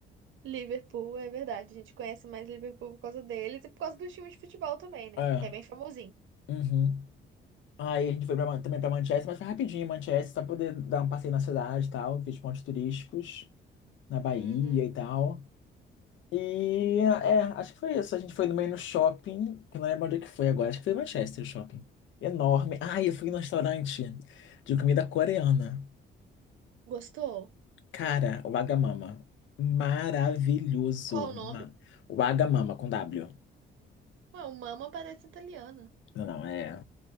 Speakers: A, on the right; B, on the left.
A: Liverpool, é verdade. A gente conhece mais Liverpool por causa deles e por causa do time de futebol também, né?
B: É.
A: Que é bem famosinho.
B: uhum. Aí a gente foi pra, Man- também pra Manchester, mas foi rapidinho, em Manchester, pra poder dar um passeio na cidade e tal, ver os pontos turísticos, na Bahia
A: Uhum.
B: e tal. E é, acho que foi isso. A gente foi no meio no shopping, que eu não lembro onde é que foi agora, acho que foi em Manchester o shopping. Enorme. Ah, eu fui num restaurante de comida coreana.
A: Gostou?
B: Cara, o Wagamama. Maravilhoso.
A: Qual o nome?
B: Ma- O Wagamama com W.
A: Ué, o Mama parece italiano.
B: Não, não, é